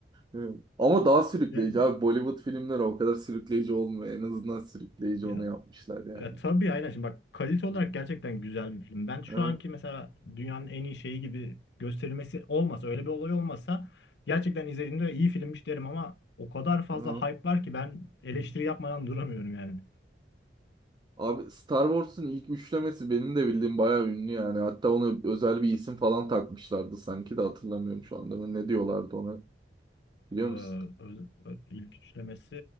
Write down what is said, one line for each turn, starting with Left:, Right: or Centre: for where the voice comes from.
Right: Hı. Ama daha sürükleyici
Left: yani-
Right: abi. Bollywood filmleri o kadar sürükleyici olmuyor. En azından sürükleyici
Left: ya,
Right: onu yapmışlar yani.
Left: ya tabii aynen şimdi bak kalite olarak
Right: Hı.
Left: gerçekten güzel bir film. Ben şu
Right: Hı.
Left: anki mesela dünyanın en iyi şeyi gibi gösterilmesi olmasa öyle bir olay olmasa gerçekten izlediğimde iyi filmmiş derim ama o kadar fazla
Right: Hı.
Left: hype var ki ben eleştiri yapmadan duramıyorum yani.
Right: Abi Star Wars'un ilk üçlemesi benim de bildiğim bayağı ünlü yani. Hatta ona özel bir isim falan takmışlardı sanki de hatırlamıyorum şu anda. Ne diyorlardı ona biliyor
Left: Ee,
Right: musun?
Left: ö- ö- ilk üçlemesi